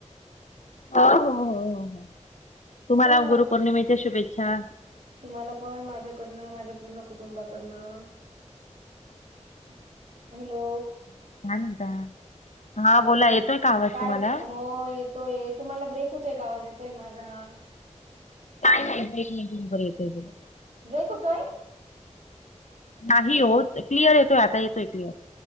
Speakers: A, on the left (about 70°); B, on the right (about 75°).
A: ह हो हो हो. तुम्हाला
B: ह
A: गुरुपौर्णिमेच्या शुभेच्छा.
B: तुम्हाला पण माझ्याकडनं माझ्या पूर्ण कुटुंबाकडनं. <inaudible> हॅलो
A: काय म्हणता? हा
B: बोला
A: येतोय
B: बोला
A: का आवाज तुम्हाला?
B: येत. तोय तुम्हाला ब्रेक होतोय का आवाज येतोय माझा.
A: काय नाही भट नाही बरोबर येतय तुला.
B: ब्रेक होतोय.
A: नाही हो क्लिअर येतोय आता येतोय क्लिअर.